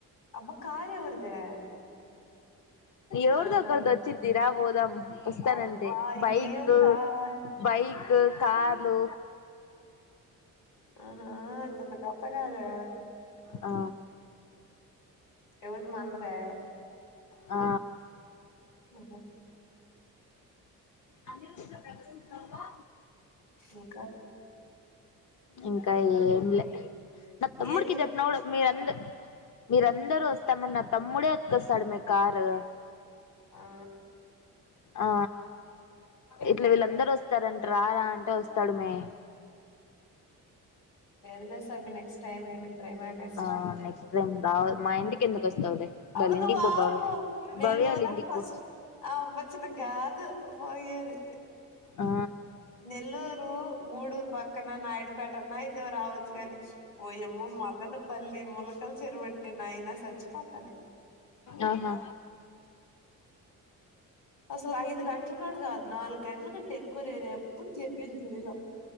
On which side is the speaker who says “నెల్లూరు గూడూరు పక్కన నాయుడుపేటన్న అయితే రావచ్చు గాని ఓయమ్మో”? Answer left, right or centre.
Left